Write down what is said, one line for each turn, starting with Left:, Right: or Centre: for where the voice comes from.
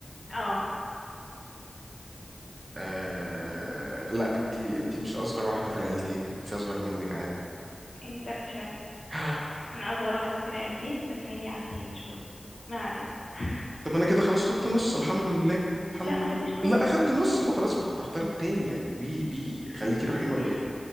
Left: اه
Right: آه... لا انت انت مش اصغر واحده في العيلتين في اصغر منك عادي
Left: انت فشلت
Right: <gasps>
Left: انا اصغر واحده في العيلتين بس عيني عسلي مش بني ما علينا <laughs>
Right: طب انا كده خلاص خدت نص الحمد لله الحمد
Left: لا ما
Right: لله
Left: خدتش نص
Right: لا اخدت نص ما خلاص ما كنت هختار التاني يعني بي بي خليكي رحيمه بيا
Left: م،